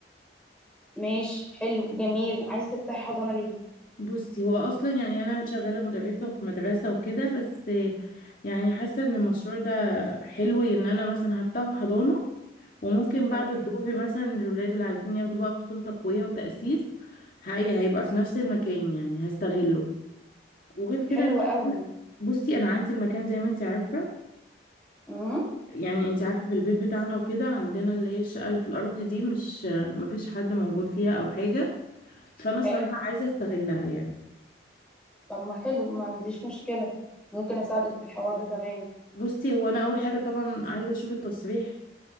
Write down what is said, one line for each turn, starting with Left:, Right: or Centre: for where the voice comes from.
Centre: ماشي حلو جميل عايزه تفتحي حضانه ليه
Left: بصي هو اصلا يعني انا شغالة مدرسة وفي مدرسة وكده بس يعني حاسة ان المشروع ده حلو ان انا مثلا هفتح حضانة وممكن بعد
Centre: امم
Left: الظهر مثلا الولاد اللي عايزين ياخدوا بقى فصول تقوية وتأسيس هي هيبقى في نفس المكان يعني هستغله وغير كده
Centre: حلو
Left: ان
Centre: قوي
Left: إحنا- بصي انا عندي المكان زي ما انت عارفه
Centre: امم
Left: يعني انت عارفه في البيت بتاعنا وكده عندنا اللي هي الشقه اللي في الارض دي مش مفيش حد موجود فيها او حاجه فانا صراحه
Centre: حلو
Left: عايزه استغلها يعني
Centre: طب ما حلو ما عنديش مشكله ممكن اساعدك في الحوار ده تمام
Left: بصي هو انا اول حاجه طبعا عايزه اشوف التصريح